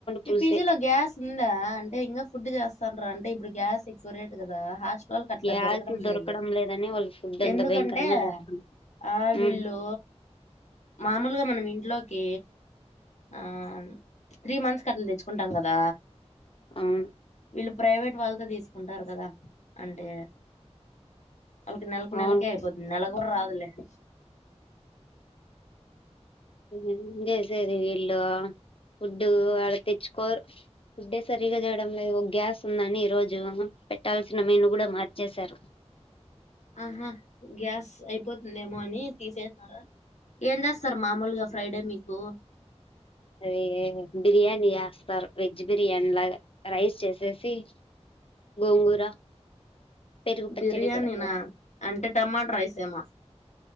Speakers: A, on the left; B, on the left.
A: మీ
B: పులుసే
A: పీజీ లో గ్యాస్ ఉందా అంటే ఇంకా ఫుడ్ చేస్తా డ్రు అంటే ఇప్పుడు గ్యాస్ ఎక్కువరేట్ కదా హాస్ వాళ్ళకట్ల
B: యాలకులు
A: దొరకడం లేదు
B: లేదని వాళ్ళు ఫుడ్ అంత
A: ఎందుకంటే
B: భయంకరంగా చేస్తున్నారు
A: ఆ వీళ్ళు
B: ఉమ్
A: మామూలుగ మనం ఇంట్లోకి ఆ త్రీ మంత్స్ కట్ల తెచ్చుకుంటాం కదా
B: అమ్
A: వీళ్ళు ప్రైవేట్ వాళ్ళతో తీసుకుంటారు కదా అంటే ఆల్కి నెల్కి
B: అవును
A: నెలకే అయిపోతుంది నెలగూడ రాదులే <inaudible>
B: ఏం చేసేది వీళ్ళ ఫుడ్డు ఆడ తెచ్చుకోరు ఫుడ్డే సరిగా చేయడం లేదు గ్యాస్ ఉందని ఈరోజు పే పెట్టాల్సిన మెను గూడా మార్చేశారు
A: అహా గ్యాస్ అయిపోతుందేమో అని తీసేసినార? ఏం చేస్తారు మామూలుగా ఫ్రైడే మీకు
B: అదీ బిర్యానీ జేస్తారు వెజ్ బిర్యానీ లాగా రైస్ చేసేసి గోంగూర పెరుగు పచ్చడి
A: బిర్యానీనా
B: పెడతారు
A: అంటే టమాట రైసేమో